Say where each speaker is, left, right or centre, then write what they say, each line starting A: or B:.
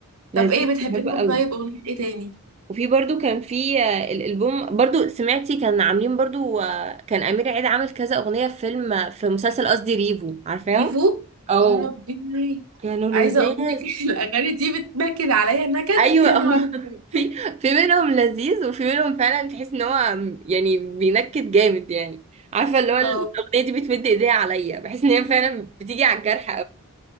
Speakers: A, on the right; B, on the right.
A: لذيذ
B: طب ايه بتحبيهم
A: بحبه قوي
B: طيب اغنية ايه تاني
A: وفي برضو كان في آه، الالبوم برضو سمعتي كان عاملين برضو آه، كان امير عيد عامل كذا اغنية في فيلم آه، في مسلسل قصدي ريفو عارفاهم
B: ديفو
A: او
B: يا ربي
A: كانوا لذاذ
B: عايزة اقول لك <laughs> الاغاني دي بتنكد عليا نكد
A: ايوه
B: يا نهار
A: هم
B: أبيض.
A: <laughs> في في منهم لذيذ وفي منهم فعلا تحس ان هو يعني بينكد جامد يعني عارفه اللي هو الاغنيه
B: اه
A: دي بتمد ايديها عليا بحس ان هي فعلا بتيجي على الجرح